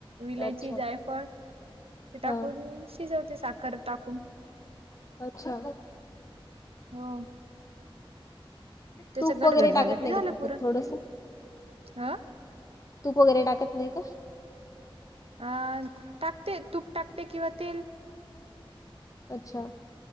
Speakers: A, on the right; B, on the left.
A: विलायची
B: अच्छा
A: जायफळ ते टाकून
B: हा
A: शिजवते साखर टाकून
B: अच्छा.
A: हो त्याच
B: तूप
A: घटघट
B: वगैरे
A: झालं
B: टाकत
A: की
B: नाही
A: झालं
B: का तसत
A: पुरण.
B: थोडस.
A: अ
B: तूप वगैरे टाकत नाही का?
A: अ टाकते तूप टाकते किंवा तेल
B: अच्छा